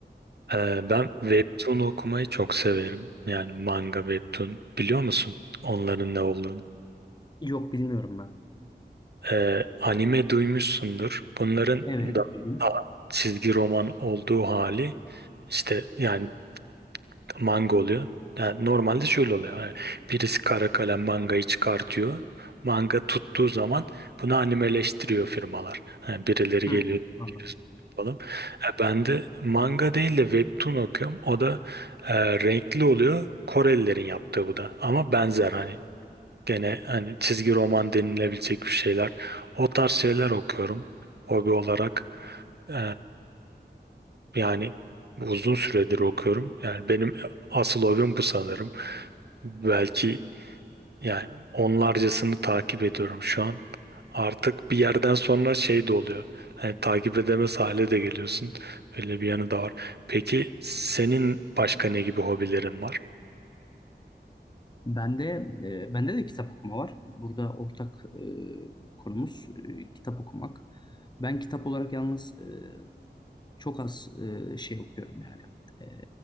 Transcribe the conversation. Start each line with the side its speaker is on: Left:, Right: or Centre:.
Right: Ee, ben webtoon okumayı çok severim. Yani manga webtoon. Biliyor musun onların ne olduğunu?
Left: Yok bilmiyorum ben.
Right: Ee, anime duymuşsundur. Bunların
Left: Evet,
Right: da
Left: duydum.
Right: daha çizgi roman olduğu hali işte yani manga oluyor. Yani normalde şöyle oluyor. Hani birisi kara kalem mangayı çıkartıyor. Manga tuttuğu zaman bunu animeleştiriyor firmalar. Hani birileri
Left: Hmm,
Right: geliyor
Left: anladım.
Right: "Biz yapalım. E, ben de manga değil de webtoon okuyorum. O da e, renkli oluyor. Korelilerin yaptığı bu da. Ama benzer hani gene hani çizgi roman denilebilecek bir şeyler. O tarz şeyler okuyorum hobi olarak. E, yani uzun süredir okuyorum. Yani benim asıl hobim bu sanırım. Belki yani onlarcasını takip ediyorum şu an. Artık bir yerden sonra şey de oluyor. Hani takip edemez hale de geliyorsun. Böyle bir yanı da var. Peki senin başka ne gibi hobilerin var?
Left: Bende e, bende de kitap okuma var. Burada ortak e, konumuz e, kitap okumak. Ben kitap olarak yalnız e, Çok az e, şey okuyorum yani. E,